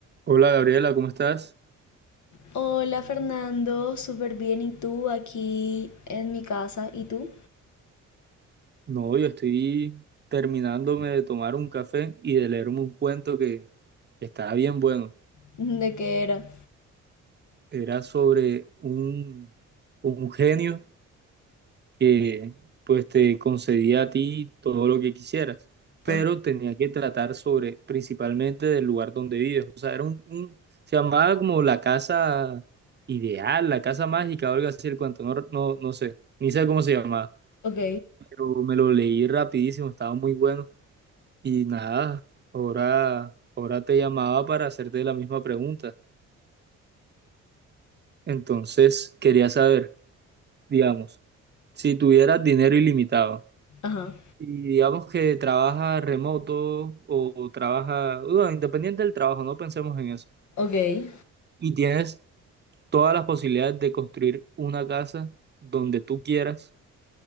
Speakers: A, on the right (about 35°); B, on the left (about 70°).
A: Hola Gabriela, ¿cómo estás?
B: Hola Fernando, súper bien. ¿Y tú aquí en mi casa? ¿Y tú?
A: No, yo estoy terminándome de tomar un café y de leerme un cuento que, que estaba bien bueno.
B: <laughs> ¿De qué era?
A: Era sobre un, un genio que pues te concedía a ti todo lo que quisieras, pero
B: Ajá,
A: tenía que tratar sobre principalmente del lugar donde vives. O sea, era un, un- se llamaba como la casa ideal, la casa mágica, o algo así el cuento, no, no, no sé, ni sé cómo se llamaba,
B: ok,
A: pero me lo leí rapidísimo, estaba muy bueno Y nada, ahora, ahora te llamaba para hacerte la misma pregunta. Entonces, quería saber, digamos, si tuvieras dinero ilimitado
B: ajá,
A: y digamos que trabajas remoto o trabajas, bueno, independiente del trabajo, no pensemos en eso,
B: ok,
A: y tienes todas las posibilidades de construir una casa donde tú quieras,